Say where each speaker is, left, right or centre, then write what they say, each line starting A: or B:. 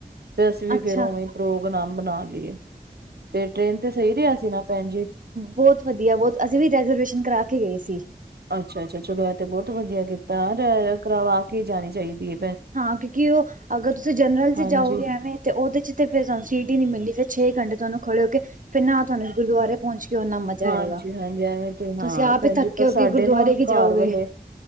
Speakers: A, on the right; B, on the right.
A: ਤੇ ਅਸੀ ਵੀ
B: ਅੱਛਾ
A: ਫੇਰ ਓਵੇਂ ਈ ਪ੍ਰੋਗਰਾਮ ਬਨਾ ਲੀਏ, ਤੇ ਟ੍ਰੇਨ ਤੇ ਸਈ ਰੇਆ ਸੀ ਨਾ ਭੈਨ ਜੀ?
B: ਬੋਤ ਵਦੀਆ ਬੋਤ, ਅਸੀ ਵੀ ਰੈਜਰਵੇਸ਼ਨ ਕਰਾ ਕੇ ਗਏ ਸੀ।
A: ਅੱਛਾ-ਅੱਛਾ, ਚਲੋ ਐ ਤੇ ਬੋਤ ਵਦੀਆ ਕੀਤੈ, ਅਰ-ਅਰ ਕਰਵਾ ਕੇ ਜਾਨੀ ਚਾਈਦੀ ਏ।
B: ਹਾਂ ਕਿਉਂਕਿ ਓ, ਅਗਰ ਤੂਸੀ ਜਨਰਲ ਚ
A: ਹਾਂਜੀ
B: ਜਾਓਗੇ ਐਵੇਂ ਤੇ ਓਦੇ ਚ ਤੇ ਫਿਰ ਤੂਆਨੂੰ ਸੀਟ ਈ ਨੀ ਮਿਲਨੀ, ਫੇਰ ਛੇ ਘੰਟੇ ਤੂਆਨੂੰ ਖੜੇ ਹੋ ਕੇ, ਫੇਰ ਨਾ ਤੂਆਨੂੰ ਗੁਰਦੁਆਰੇ ਪੋਂਚ ਕੇ ਓਨਾ ਮਜਾ
A: ਹਾਂਜੀ
B: ਆਏਗਾ,
A: ਹਾਂਜੀ ਐਵੇਂ ਤੇ ਹਾਂ
B: ਤੂਸੀ ਆਪ
A: ਭੈਣ
B: ਈ
A: ਜੀ
B: ਥੱਕੇ
A: ਪਰ
B: ਹੋਗੇ,
A: ਸਾਡੇ
B: ਗੁਰਦੁਆਰੇ
A: ਨਾ
B: ਕੀ
A: ਘਰ
B: ਜਾਓਗੇ।
A: <inaudible>